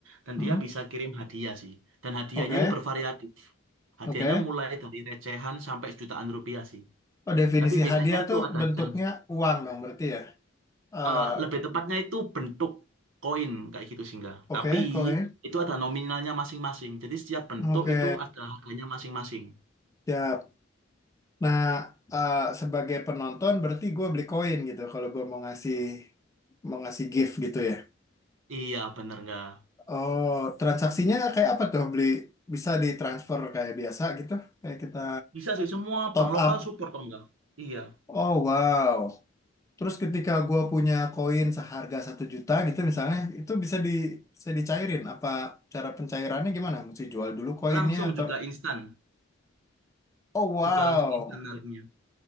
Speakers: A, on the right; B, on the left.
A: dan
B: hmm,
A: dia bisa kirim hadiah sih. Dan hadiahnya
B: oke,
A: ini bervariatif. Hadiahnya
B: oke.
A: mulai dari recehan sampai jutaan rupiah sih.
B: Oh, definisi
A: Tapi biasanya
B: hadiah
A: itu
B: tuh
A: ada
B: bentuknya
A: challenge
B: uang dong berarti ya? Eh,
A: Eh, lebih tepatnya itu bentuk koin kayak gitu sih enggak.
B: oke,
A: Tapi
B: koin,
A: itu ada nominalnya masing-masing. Jadi setiap bentuk
B: oke,
A: itu ada harganya masing-masing.
B: siap. Nah, eh, sebagai penonton berarti gue beli koin gitu kalau gue mau ngasih mau ngasih gift gitu ya.
A: Iya bener nggak?
B: Oh, transaksinya kayak apa tuh? Beli bisa ditransfer kayak biasa gitu? Kayak kita
A: Bisa sih semua
B: top
A: bank
B: up.
A: lokal support kok enggak? Iya.
B: Oh, wow. Terus ketika gua punya koin seharga satu juta gitu misalnya, itu bisa di bisa dicairin. Apa cara pencairannya gimana? Mesti jual dulu koinnya
A: Langsung
B: atau
A: juga instan.
B: oh wow,
A: Juga langsung instan harganya.